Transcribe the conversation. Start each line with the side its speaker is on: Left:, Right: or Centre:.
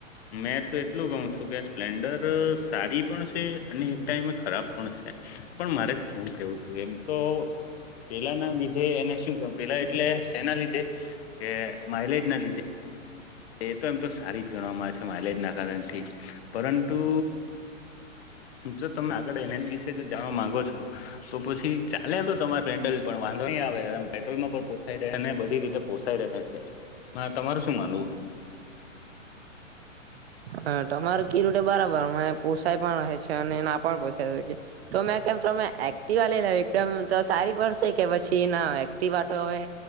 Left: મેં તો એટલું કહું છું કે સ્પ્લેન્ડર સારી પણ છે, અને એક ટાઈમે ખરાબ પણ છે. પણ મારે શું કેવું છું. એમ તો પેલાના લીધે એને શું કે પેલા? એટલે શેના લીધે કે માઇલેજ ના લીધે. એ તો એમ તો સારી જ ગણવામાં આવે છે. માઇલેજ ના કારણથી પરંતુ જો તમે આગળ એના જ વિશે જો જાણવા માંગો છો. તો પછી ચાલે તો તમારે પેન્ડલ પણ વાંધો નહી, આવે પેટ્રોલમાં પણ પોસાઈ રહે ને બધી રીતે પોષાઈ રહ છે એમાં તમારું શું માનવું?
Right: હ તમાર કીધું બરાબર પોસાય પણ રહે છે. અને ના પણ પોસાય શકે તો મેં કેમ છ એક્ટિવ લઈ કેવ એકદમ તો સારી પડશે કે પછી ના વાતો હવે